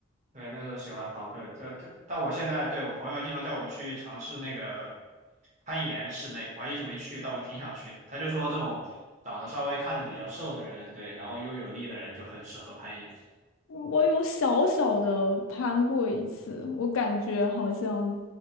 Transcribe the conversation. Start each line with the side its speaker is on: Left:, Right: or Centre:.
Right: 对，那时候喜欢逃课，这这，但我现在对我朋友经常叫我去尝试那个攀岩室内，我还一直没去，但我挺想去的。他就说这种长得稍微看着比较瘦的人，对，然后又有力的人就很适合攀岩。
Left: 我有小小的攀过一次，我感觉好像